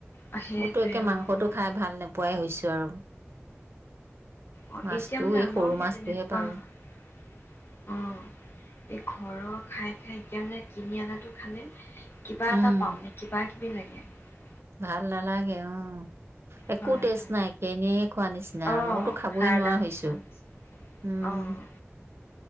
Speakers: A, on the left; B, on the right.
A: আ, সেইটোৱে
B: মোৰতো একে
A: অ'
B: মাংসটো
A: অ'।
B: খাই ভাল নোপোৱাই হৈছো আৰু
A: অ
B: মাছটো
A: এতিয়া মানে
B: এই
A: আমাৰ
B: সৰু
A: সেই
B: মাছটোহে
A: তেনেকুৱা
B: পাৰো
A: হয় অ ঘৰৰ খাই খাইতিয়া মানে কিনি অনাটো খালে কিবা
B: উম
A: এটা পাও নে কিবা বিলগীয়া <unintelligible>
B: ভাল নালাগে উ একো
A: হয়
B: টেষ্ট
A: হয়
B: নাইকিয় এনে খোৱা নিচিনা
A: অ'
B: আৰু মইতো খাবই
A: হাড়ডাল
B: নোৱাৰা হৈছো
A: খোৱা নিচিনা
B: উম
A: অ'